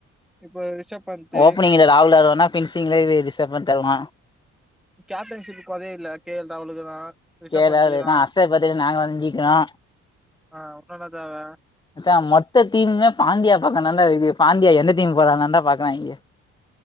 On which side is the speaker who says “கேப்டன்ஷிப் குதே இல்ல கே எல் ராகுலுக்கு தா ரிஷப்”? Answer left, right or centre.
Centre